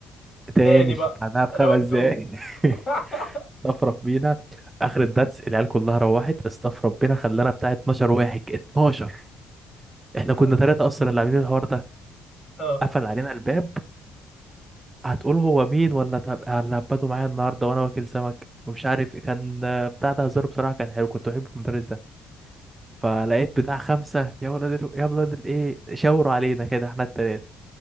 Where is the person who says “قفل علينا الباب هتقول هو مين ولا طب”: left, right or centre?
Right